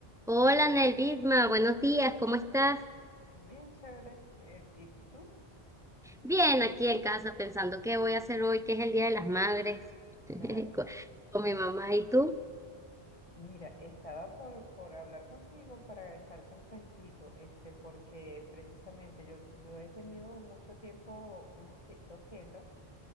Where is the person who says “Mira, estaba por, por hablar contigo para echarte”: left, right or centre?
Left